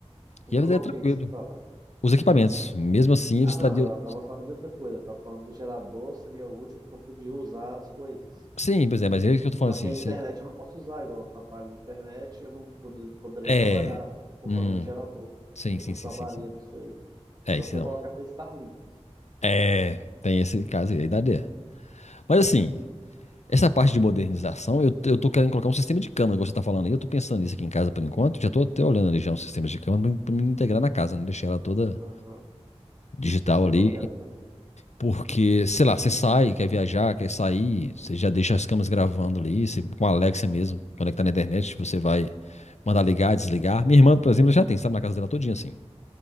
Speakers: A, on the right; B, on the left.
A: controlar
B: E aí é tranquilo.
A: o que que você fala?
B: Os equipamentos, mesmo assim,
A: Ah,
B: eles estariam.
A: não, eu tava falando de outra coisa, eu tava falando do gerador, seria útil porque eu podia usar as coisas.
B: Sim, pois é, mas é isso que eu tô falando
A: Só
B: assim.
A: que a internet
B: você-
A: eu não posso usar, igual eu trabalho na internet, eu não podia- poderia
B: É.
A: trabalhar por
B: Hum,
A: causa do gerador.
B: sim,
A: Eu
B: sim,
A: não salvaria
B: sim, sim, sim.
A: nisso aí.
B: É,
A: Só
B: isso
A: se
B: não.
A: eu colocasse Starlink.
B: É, tem esse caso aí, aí daria. Mas assim, Essa parte de modernização, eu, eu tô querendo colocar um sistema de câmera, igual você tá falando aí. Eu tô pensando nisso aqui em casa por enquanto. Já tô até olhando ali já um sistema de câmera pra, pra me integrar na casa, né? Deixar ela toda
A: Aham. O
B: digital
A: Sistema
B: ali.
A: eu quero também.
B: Porque, sei lá, você sai, quer viajar, quer sair, você já deixa as câmeras gravando ali, você, com a Alexa mesmo, conectar na internet, você vai mandar ligar, desligar. Minha irmã, por exemplo, ela já tem, sabe, na casa dela todinha assim.